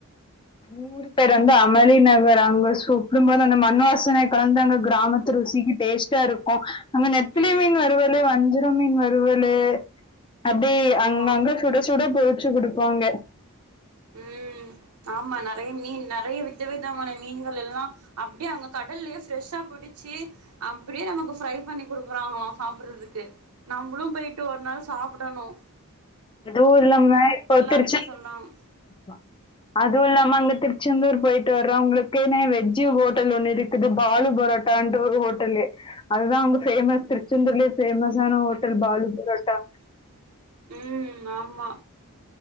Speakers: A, on the left (about 20°); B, on the right (about 80°).
A: ஊர் பேர் வந்து அமளி நகர் அங்க சுக்கும அந்த மண் வாாசனை கலந்து அங்க கிராமத்து ருசிக்கு டேஸ்டா இருக்கும் அங்க நெத்திலி
B: ம்
A: மீன் வருவலு வந்து த மீன் வருவலு அப்டி
B: ஆமா
A: அங்கங்க சுட சுட போட் வாங்க
B: ம் ஆமா நறைய மீன் நறைய வித் வித விதமான மீன்கள் எல்லா அப்டியே அங்க கடல்லயே ஃப்ரெஷ்ஷா புடிச்சி அப்புடியே நமக்கு ஃப்ரை ய் பண்ணி குடுக்குறாங்களாம் சாப்புட்றதுக்கு நம்புளும் போயிட்டு ஒரு நாள் சாப்புடணும்
A: எதுவு இல்லாம இப்ப திருச்சி
B: இருக்குன்னு
A: <inaudible>
B: சொல்றாங்க
A: அ அதுவு இல்லாம அங்க திருச்செந்தூர் போயிட்டு வர்றவங்களுக்குனே வெஜ்ஜு ஹோட்டல் ஒண்ணு இருக்குது பாலு பரோ ட்டான்ட்டு ஒரு ஹோட்டல்லு அதுதா அங்க ஃபேமஸ் திருச்செந்தூர்லியே ஃபேமஸான ஹோட்டல் பாலு பரோட்டா
B: ம் ஆம்மா